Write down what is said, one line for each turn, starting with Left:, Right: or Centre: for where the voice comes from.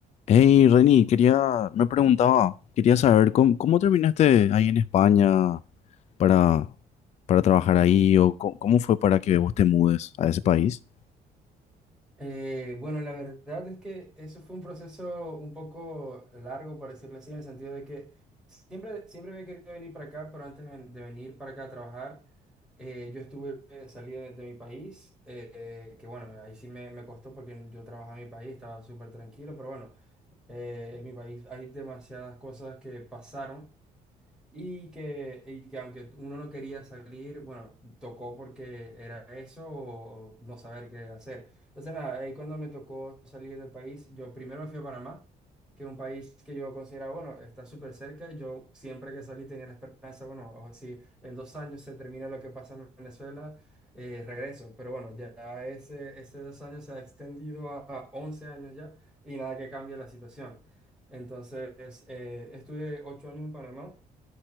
Left: Hey, Reni, quería, me preguntaba, quería saber cómo, cómo terminaste ahí en España para, para trabajar ahí o cómo, cómo fue para que vos te mudes a ese país.
Centre: Eh, bueno, la verdad es que eso fue un proceso un poco largo, por decirlo así, en el sentido de que siempre, siempre había querido venir para acá, pero antes ven- de venir para acá a trabajar, eh, yo estuve, eh, salí de, de mi país, eh, eh, que bueno, ahí sí me, me costó porque yo trabajaba en mi país, estaba súper tranquilo, pero bueno, eh, en mi país hay demasiadas cosas que pasaron y que, y que aunque uno no quería salir, bueno, tocó porque era eso o, o no saber qué hacer. Entonces, nada, ahí cuando me tocó salir del país, yo primero me fui a Panamá, que es un país que yo consideraba, bueno, está súper cerca. Yo siempre que salí tenía la esperanza, bueno, o si en dos años se termina lo que pasa en Venezuela, eh, regreso. Pero bueno, ya ese, ese dos años se ha extendido a 11 años ya y nada que cambie la situación. Entonces, eh, estuve ocho años en Panamá.